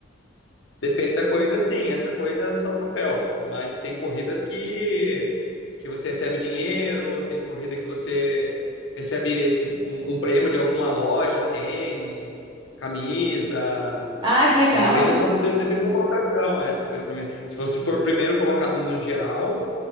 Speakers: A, on the left; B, on the right.
A: Depende da corrida, sim. Essa corrida é só troféu. Mas tem corridas que, que você recebe dinheiro, tem corrida que você recebe um, um prêmio de alguma loja, tênis, camisa.
B: Ah, que legal.
A: É, Depende da sua, depende da sua colocação. É. Se você for primeiro colocado no geral,